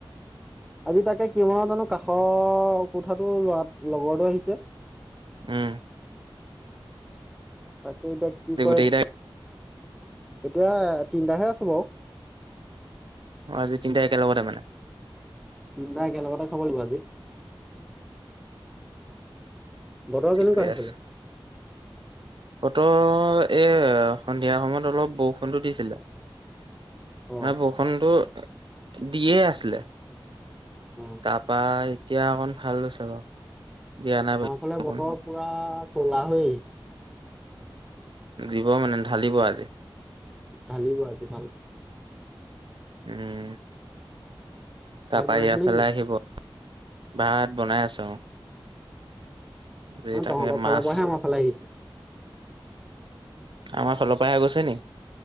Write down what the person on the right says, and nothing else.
উ'ম।
আজি
গোটেইকেইটাই
আজি তিনিটাই একেলগতে মানে
ঠিকে
আছে। বতৰ এ! সন্ধিয়া সময়ত অলপ বৰষুণটো দিছিলে।
বৰষুণটো দিয়ে আছিলে
তাৰাপা এতিয়া অকন ভাল হৈছে বাৰু। দিয়া নাই বাৰু
বৰষুণ।
দিব মানে ঢালিব আজি।
উ'ম।
তাৰাপা
এয়াফালেই
আহিব। ভাত বনাই আছো। যে
তাকে
মাছ
আমাৰ ফালৰ পৰাই হৈ গৈছে নি।